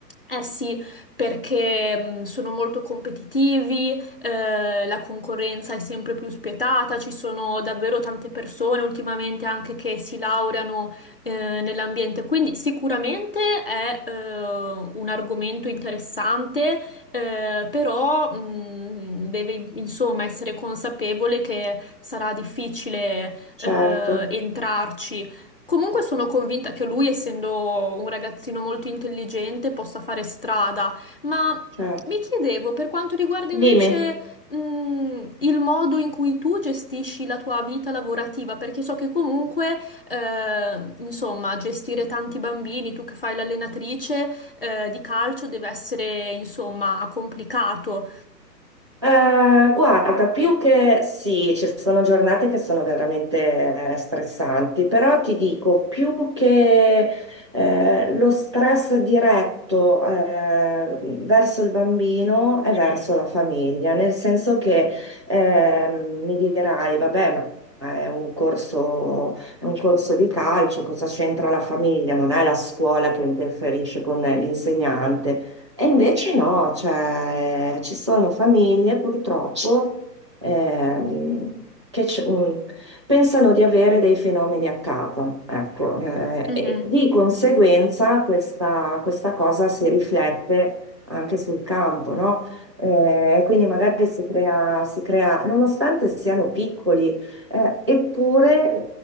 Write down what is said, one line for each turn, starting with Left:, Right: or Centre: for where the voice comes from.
Left: eh sì, perché mh, sono molto competitivi, eh, la concorrenza è sempre più spietata, ci sono davvero tante persone ultimamente anche che si laureano eh, nell'ambiente, quindi sicuramente è eh, un argomento interessante, eh, però mh, deve insomma essere consapevole che sarà difficile
Right: Certo,
Left: eh, entrarci. Comunque sono convinta che lui, essendo un ragazzino molto intelligente, possa fare strada. Ma
Right: certo.
Left: mi chiedevo, per quanto riguarda invece,
Right: Dimmi.
Left: mh, il modo in cui tu gestisci la tua vita lavorativa, perché so che comunque, eh, insomma, gestire tanti bambini, tu che fai l'allenatrice, eh, di calcio, deve essere, insomma, complicato.
Right: Eh, guarda, più che sì, ci sono giornate che sono veramente eh, stressanti, però ti dico, più che eh, lo stress diretto eh, verso il bambino è verso la famiglia, nel senso che ehm, mi dirai, vabbè, ma è un corso, è un corso di calcio, cosa c'entra la famiglia? Non è la scuola che interferisce con l'insegnante. E invece no, cioè, ci sono famiglie purtroppo ehm, che c- mh, pensano di avere dei fenomeni a casa, ecco, eh,
Left: Mhm.
Right: e di conseguenza questa, questa cosa si riflette anche sul campo, no? Eh, quindi magari si crea, si crea, nonostante siano piccoli, eh, eppure